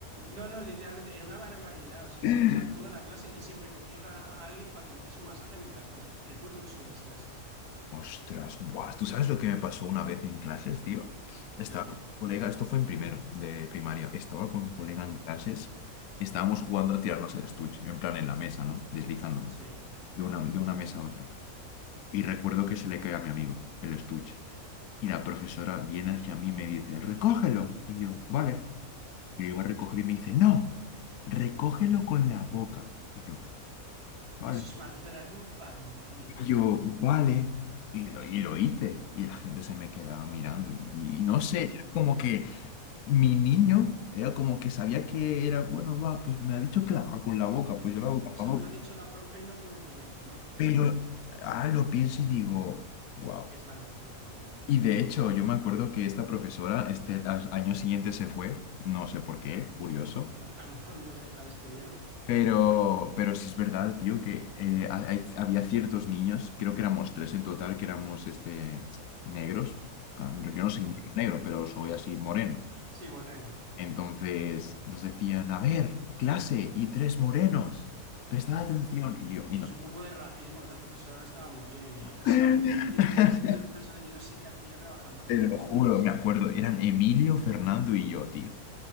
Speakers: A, on the right; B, on the left.
A: no, no, literalmente era una barbaridad, o sea,
B: <laughs>
A: se pasaba toda la clase y siempre cogía una- a alguien para que le hiciese un masaje mientras tanto. Recuerdo eso de las clases.
B: Ostras, buah, ¿tú sabes lo que me pasó una vez en clases, tío? Estaba
A: ¿El qué?
B: con un colega, esto fue en primero de primaria, estaba con un colega
A: Sí,
B: en clases, estábamos jugando a tirarnos el estuche, en plan en la mesa, ¿no? Deslizándolo,
A: sí.
B: de una, de una mesa a otra. Y recuerdo que se le cae a mi amigo el estuche. Y la profesora viene hacia mí y me dice, recógelo. Y yo, vale. Y le iba a recoger y me dice, no, recógelo con la boca. Y yo, vale.
A: Eso es maltrato infantil.
B: Y yo, vale. Y lo, y lo hice. Y la gente se me quedaba mirando. Y, y no sé,
A: Hombre,
B: era como que mi niño era como que sabía que era, bueno, va, pues me ha dicho que la haga con la boca, pues
A: justo,
B: yo la hago con
A: o sea,
B: la boca.
A: me lo ha dicho la profe y no puedo decirle que no, pero
B: Pero ahora lo pienso y digo, wow.
A: es maltrato infantil.
B: Y de hecho, yo me acuerdo que esta profesora, este al año siguiente se fue, no sé por qué, curioso.
A: <laughs> A lo mejor no sé, la despidieron.
B: Pero, pero sí es verdad, tío, que eh, ha- hay- había ciertos niños, creo que éramos tres en total, que éramos este, negros. En plan, Yo yo no soy
A: Mm.
B: negro, negro, pero soy así moreno.
A: Sí, Moreno.
B: Entonces nos decían, a ver, clase y tres morenos, prestad atención. Y yo, y
A: Eso
B: no.
A: es un poco de racismo. Esa profesora no estaba muy bien, ¿eh? <laughs> O
B: <laughs>
A: sea, literalmente esa profesora yo no sé qué hacía trabajando
B: Te
A: con
B: lo
A: niños.
B: juro, me acuerdo, eran Emilio, Fernando y yo, tío.